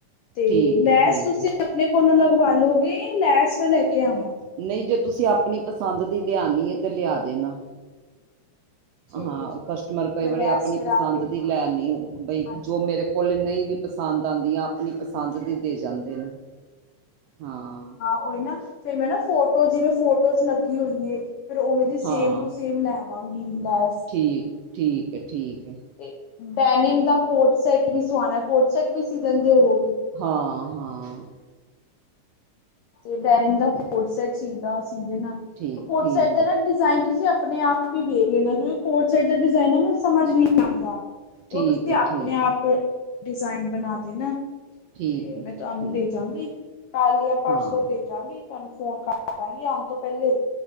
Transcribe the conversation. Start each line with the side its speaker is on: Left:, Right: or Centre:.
Left: ਤੇ,
Right: ਠੀਕ
Left: ਲੈਸ
Right: ਹੈ ਠੀਕ
Left: ਤੁਸੀਂ
Right: ਹੈ
Left: ਆਪਣੇ ਕੋਲੋਂ ਲਗਵਾ ਲੋਗੇ, ਲੈਸ ਮੈਂ ਲੈਕੇ ਆਵਾਂ?
Right: ਨਹੀਂ ਜੇ ਤੁਸੀਂ ਆਪਣੀ ਪਸੰਦ ਦੀ ਲਿਆਣੀ ਏ, ਤੇ ਲਿਆ ਦੇਣਾ।
Left: ਠੀਕ
Right: ਹਾਂ
Left: ਐ ਠੀਕ
Right: ਕਸਟਮਰ
Left: ਐ
Right: ਕਈ
Left: ਮੈਂ ਲੈਸ
Right: ਵਾਰੀ ਆਪਣੀ
Left: ਫੇਰ
Right: ਪਸੰਦ
Left: ਆਪੇ
Right: ਦੀ
Left: ਹਾਂ
Right: ਲੈਣੀ ਬਈ
Left: ਹਾਂਜੀ
Right: ਜੋ ਮੇਰੇ
Left: ਹਾਂਜੀ
Right: ਕੋਲੇ ਨਹੀਂ ਵੀ ਪਸੰਦ ਆਉਂਦੀਆਂ ਆਪਣੀ ਪਸੰਦ ਦੀ ਦੇ ਜਾਂਦੇ ਨੇ ਹਾਂ।
Left: ਉਹ ਈ ਨਾ ਫੇਰ ਮੈਂ ਨਾ ਫੋਨ ਕੋਲ ਜਿਵੇਂ ਫੋਟੋਜ਼ ਲੱਗੀ ਹੋਈਏ ਫੇਰ ਉਵੇਂ ਦੀ ਸੇਮ
Right: ਹਾਂ
Left: ਟੂ ਸੇਮ ਲੈਵਾਂਗੀ ਲੈਸ।
Right: ਠੀਕ, ਠੀਕ ਹੈ ਠੀਕ ਹੈ।
Left: ਤੇ ਡੈਨਿਮ ਦਾ ਕੋਰਡਸੈਟ ਵੀ ਸਵਾਣਾ ਕੋਰਡਸੈਟ ਵੀ ਸੀ ਲੈਂਦੇ ਹੋਵੋਗੇ?
Right: ਹਾਂ -ਹਾਂ।
Left: ਤੇ ਡੈਰਿਮ ਦਾ ਕੋਰਡਸੈਟ
Right: ਤੇ
Left: ਸੀਗਾ ਸੀ ਦੇਨਾ ਨਾਲ
Right: ਠੀਕ
Left: ਕੋਰਡ
Right: ਠੀਕ
Left: ਸੈਟ ਦਾ
Right: ਹੈ
Left: ਨਾ। ਡਿਜ਼ਾਇਨ ਤੁਸੀਂ ਆਪਣੇ ਆਪ ਹੀ ਵੇਖ ਲੈਣਾ ਕਿਉਂਕਿ ਕੋਰਡਸੈਟ ਦਾ ਡਿਜ਼ਾਇਨ ਨਾ ਮੈਨੂੰ ਸਮਝ ਨਹੀਂ ਆਉਂਦਾ।
Right: ਠੀਕ
Left: ਉਹ ਤੁਸੀਂ
Right: ਹੈ
Left: ਆਪਣੇ
Right: ਠੀਕ ਹੈ
Left: ਆਪ ਡਿਜ਼ਾਇਨ ਬਣਾ ਦੇਣਾ।
Right: ਠੀਕ
Left: ਤੇ
Right: ਹੈ
Left: ਮੈਂ ਤੁਹਾਨੂੰ
Right: ਠੀਕ
Left: ਦੇਜਾਂਗੀ
Right: ਹੈ
Left: ਕੱਲ ਜਾਂ ਪਰਸੋਂ।
Right: ਹਾਂ
Left: ਭੇਜਾਂਗੀ ਤੁਹਾਨੂੰ ਫੋਨ ਕਰ ਦਾਂਗੀ ਆਉਣ ਤੋਂ ਪਹਿਲੇ।